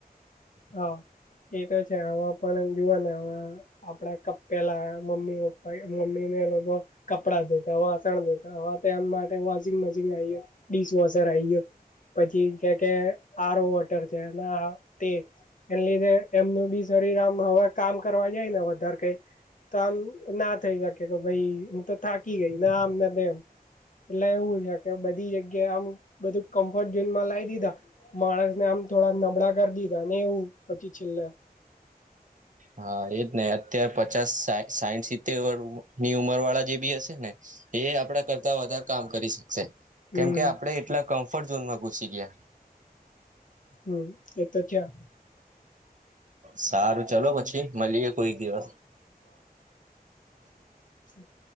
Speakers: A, on the left; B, on the right.
A: હા એ તો છે આવા પણ જોુવા ને હ આપડા પેલા મમ્મી પપ્પા મમ્મી ને લોકો કપડા દેતા વાસણ દેતા હ માટે વોશિંગ મશીન આયો ડિશ વોશર આ ગયો પછી કે કે આરો વોટર છે તે એને લીધે એમનુ બી શરીર આમ હવે કામ કરવા જાય ને વધારે કઈ તો આમ ના થઈ શકે કે ભાઈ હુ, તો થાકી ગઈને આમનેમ એટલે એવું છે કે બધી જગ્યાએ આમ બધું કમ્ફર્ટ ઝોન માં લઈ દીધા માણસ ને આમ થોડા નબળા કરી દીધા ને એવું પછી છેલ્લે
B: હા એજ હ અતાર પચાસ સા સાઈઠ સિત્તેરર ની ઉંમર વાળા જે બી હશે ને એ આપડા કરતા વધારે કામ કરી શકશે
A: હમ
B: કેમકે આપડે એટલા કમ્ફર્ટ ઝોનમાં ઘુસી ગયા
A: હમ એ તો ક્યા
B: સારું ચાલ પછી મળીએે કોઈક દિવસ
A: હઠ